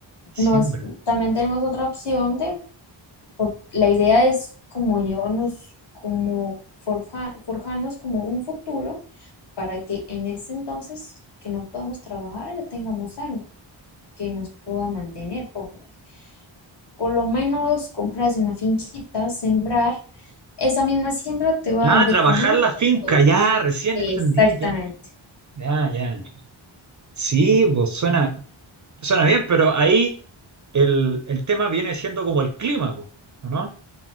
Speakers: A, on the right; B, on the left.
A: Siembra.
B: Nos, también tenemos otra opción de por- la idea es como llevarnos, como forja- forjarnos como un futuro para que en ese entonces que no podamos trabajar ya tengamos algo que nos pueda mantener, póngale. Por lo menos comprarse una finquita, sembrar, esa misma siembra te va
A: Ah,
B: a dar de
A: trabajar
B: comer.
A: la finca,
B: de todo.
A: ya, recién
B: Exactamente.
A: entendí, ya. Ya, ya. Sí, pues suena, suena bien, pero ahí el, el tema viene siendo como el clima, pues, ¿o no?